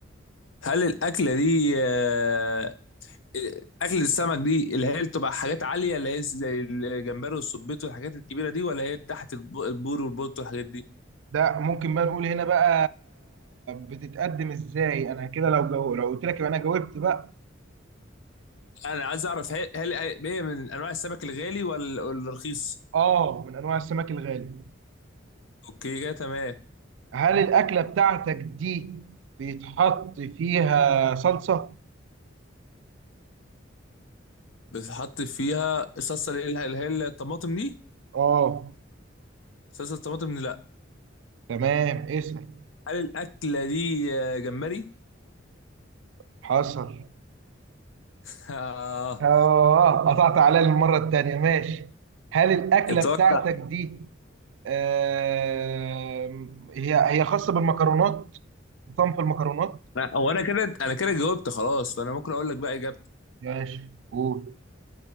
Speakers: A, on the left (about 80°); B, on the right (about 70°).
A: هل الاكله دي آه، اكل السمك دي اللي هي بتبقى حاجات عاليه اللي هي زي الجمبري والسبيط والحاجات الكبيره دي ولا هي تحت الب- البور والبولت والحاجات دي
B: ده ممكن بقى نقول هنا بقى بتتقدم ازاي انا كده لو جو... لو قلت لك يبقى انا جاوبت بقى
A: انا عايز اعرف هل هل هي من انواع السمك الغالي ولا ولا الرخيص
B: اه من انواع السمك الغالي
A: اوكي كده تمام
B: هل الاكله بتاعتك دي بيتحط فيها صلصه
A: بتحط فيها الصلصه اللي هي اللي هي الطماطم دي
B: اه
A: صلصه الطماطم دي لا
B: تمام اسال
A: هل الاكله دي آه، جمبري
B: حصل
A: <laughs> آه،
B: اه قطعت عليا المره التانيه ماشي هل الاكله
A: اتوقع
B: بتاعتك دي آه... هي هي خاصه بالمكرونات صنف المكرونات
A: لا، هو انا كده انا كده جاوبت خلاص فانا ممكن اقول لك بقى اجابه
B: ماشي قول